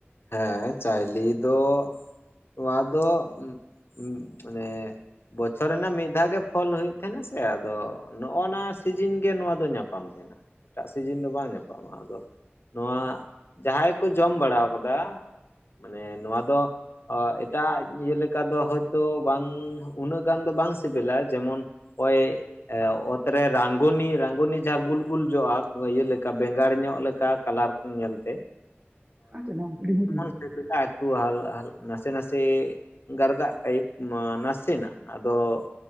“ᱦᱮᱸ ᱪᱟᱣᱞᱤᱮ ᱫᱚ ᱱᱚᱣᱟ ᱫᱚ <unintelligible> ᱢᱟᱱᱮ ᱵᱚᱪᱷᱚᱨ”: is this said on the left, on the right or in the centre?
Left